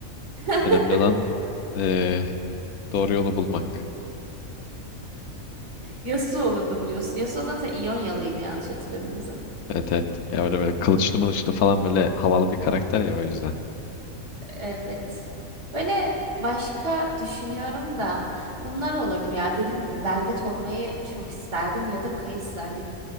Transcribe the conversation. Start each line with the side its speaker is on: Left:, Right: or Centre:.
Right: <laughs>
Left: Önemli olan e, doğru yolu bulmak.
Right: Yasuo olurdum diyorsun. Yasuo zaten İyonyalıydı yanlış hatırlamıyorsam.
Left: Evet evet. Ya böyle böyle kılıçlı mılıçlı falan böyle havalı bir karakter ya o yüzden.
Right: Evet. Böyle başka düşünüyorum da bunlar olurdum ya. Dediğim gibi Belvet olmayı çok isterdim ya da Kayısı hani.